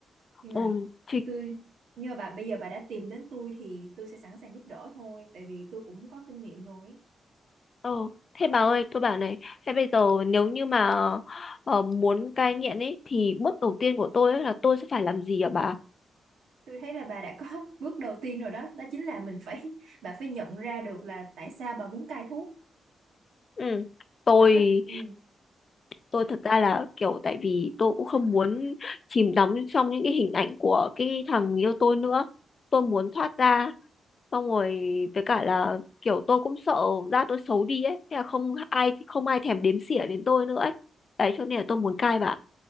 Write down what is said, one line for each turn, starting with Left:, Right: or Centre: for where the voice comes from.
Right: nhưng
Left: Ừ,
Right: mà
Left: thì,
Right: tôi như bà bây giờ bà đã tìm đến tôi thì tôi sẽ sẵn sàng giúp đỡ thôi tại vì tôi cũng có kinh nghiệm rồi ấy.
Left: ờ, thế bà ơi tôi bảo này thế bây giờ nếu như mà ờ, muốn cai nghiện ấy thì bước đầu tiên của tôi ấy là tôi sẽ phải làm gì hả bà
Right: tôi thấy là bà đã có <laughs> bước đầu tiên rồi đó đó chính là mình phải bà phải nhận ra được là tại sao bà muốn cai thuốc
Left: ừ. tôi
Right: bà có ừ,
Left: tôi thật ra là kiểu tại vì tôi cũng không muốn chìm đắm trong những cái hình ảnh của cái thằng yêu tôi nữa tôi muốn thoát ra xong rồi với cả là kiểu tôi cũng sợ da tôi xấu đi ấy thế là không ai không ai thèm đếm xỉa đến tôi nữa ấy đấy cho nên là tôi muốn cai bà